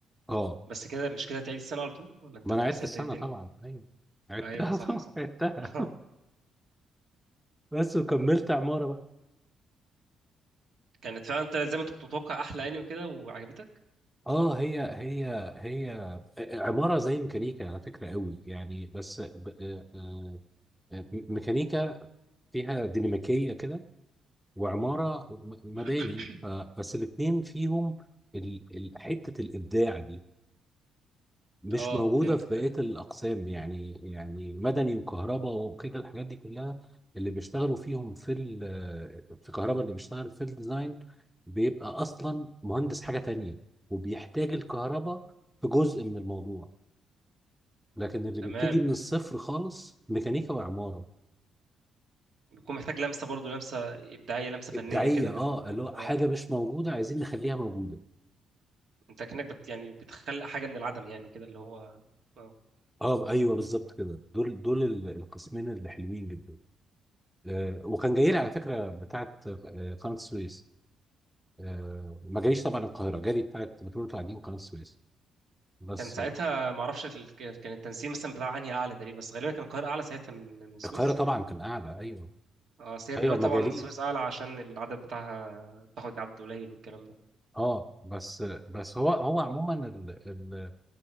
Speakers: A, in the centre; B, on the right.
A: أه
B: بس كده مش كده تعيد السنه على طول ولا انت
A: ما أنا
B: كنت
A: عدت
B: ساعتها
A: السنة
B: ايه الدنيا
A: طبعا أيوه عدتها
B: ايوه صح
A: <laughs> طبعا
B: صح
A: عدتها
B: <laughs> اه
A: بس وكملت عمارة بقى
B: كانت فعلا انت زي ما انت كنت متوقع احلى يعني وكده وعجبتك
A: اه هي هي هي آه، آه، عمارة زي ميكانيكا على فكرة قوي يعني بس آه، ب- آه، آه، آه، ميكانيكا فيها ديناميكية كده وعمارة م-
B: <clears throat>
A: مباني ف- بس الاتنين فيهم ال- ال- حتة الإبداع دي مش
B: اه
A: موجودة
B: فهمتك
A: في بقية
B: ايوه
A: الأقسام يعني يعني مدني وكهرباء وكده الحاجات دي كلها اللي بيشتغلوا فيهم في ال- في كهرباء اللي بيشتغل في الديزاين بيبقى أصلا مهندس حاجة تانية وبيحتاج الكهرباء في جزء من الموضوع لكن اللي
B: تمام
A: بيبتدي من الصفر خالص ميكانيكا وعمارة
B: بيكون محتاج لمسه برضو لمسه ابداعيه لمسه فنيه
A: إبداعية
B: كده
A: اه
B: من
A: اللي هو حاجة
B: اه
A: مش موجودة عايزين نخليها موجودة
B: انت كأنك بت يعني بتخلق حاجه من العدم يعني كده اللي هو اه
A: اه ايوه بالظبط كده دول دول ال- القسمين اللي حلوين جدا آه وكان جاي لي على فكره بتاعه آه قناه السويس آه ما جاليش طبعا القاهره جالي بتاعه بترول القاعدين قناه السويس بس
B: كان ساعتها
A: آه
B: ما اعرفش ال- كان كان التنسيق مثلا بتاع انهي اعلى تقريبا بس غالبا كان القاهره اعلى ساعتها من من السويس
A: القاهره طبعا كان اعلى ايوه
B: اه بس هي دلوقتي
A: ايوه ما
B: طبعا
A: جاليش
B: السويس اعلى عشان العدد بتاعها بتاخد عدد قليل والكلام ده
A: اه بس آه بس هو هو عموما ال ال